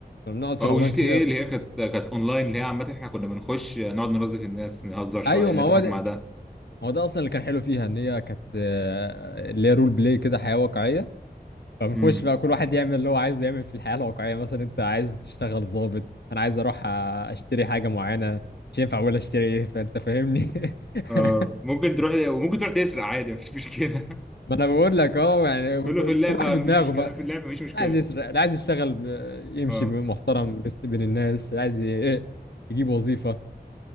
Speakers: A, on the left; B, in the centre.
A: كنا بنقعد في
B: اه
A: رمضان
B: وجي
A: كتير
B: تي ايه
A: قوي
B: اللي هي كانت كانت اونلاين اللي هي عامه احنا كنا بنخش نقعد نرازي في الناس نهزر شويه
A: ايوه ما هو
B: نضحك
A: ده
B: مع ده
A: ما هو ده اصلا اللي كان حلو فيها ان هي كانت آه، اللي هي رول بلاي كده حياه واقعيه فبنخش
B: امم
A: بقى كل واحد يعمل اللي هو عايزه يعمل في الحياه الواقعيه مثلا انت عايز تشتغل ضابط انا عايز اروح آه، اشتري حاجه معينه مش ينفع اقول اشتري ايه فانت فاهمني <laughs>
B: اه ممكن تروح وممكن تروح تسرق عادي مفيش مشكله
A: ما انا بقول لك اه يعني
B: <laughs> كله في اللعبه
A: كل واحد بدماغه
B: مفيش مشكله
A: بقى اللي
B: في اللعبه مفيش مشكله
A: عايز يسرق اللي عايز يشتغل ب... يمشي
B: اه
A: محترم بست- بين الناس اللي عايز ي... إيه، يجيب وظيفه